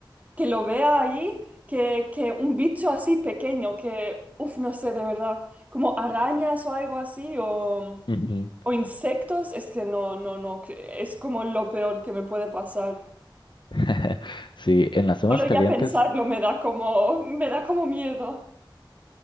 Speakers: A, on the right; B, on the left.
A: que lo vea ahí, que, que un bicho así pequeño, que, uff, no sé, de verdad, como arañas o algo así, o,
B: Ujú.
A: o insectos, es que no, no, no, que es como lo peor que me puede pasar.
B: <laughs> sí, en las zonas
A: Solo ya
B: calientes.
A: pensarlo me da como, me da como miedo.